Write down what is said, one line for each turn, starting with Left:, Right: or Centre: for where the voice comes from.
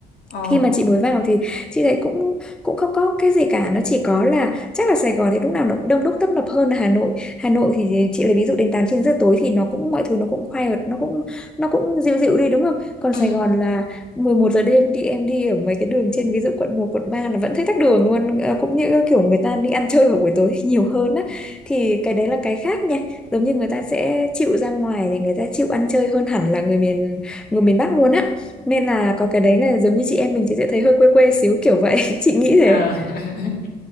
Left: Ồ.
Centre: khi mà chị mới vào thì chị thấy cũng cũng không có cái gì cả nó chỉ có là chắc là Sài Gòn thì lúc nào nó cũng đông đúc tấp nập hơn là Hà Nội Hà Nội thì chị lấy ví dụ đến 8 9 giờ tối thì nó cũng mọi thứ nó cũng quiet nó cũng nó cũng dịu dịu đi đúng không còn
Left: Ừ.
Centre: Sài Gòn là 11 giờ đêm đi em đi ở mấy cái đường trên ví dụ quận một quận 3 là vẫn thấy tắc đường luôn Ờ, cũng như kiểu người ta đi ăn chơi vào buổi tối <laughs> nhiều hơn á thì cái đấy là cái khác nha giống như người ta sẽ chịu ra ngoài thì người ta chịu ăn chơi hơn hẳn là người miền người miền Bắc luôn á nên là có cái đấy là giống như chị em mình thì sẽ thấy hơi quê quê xíu kiểu vậy <laughs> chị nghĩ
Left: Ờ.
Centre: thế
Left: <laughs>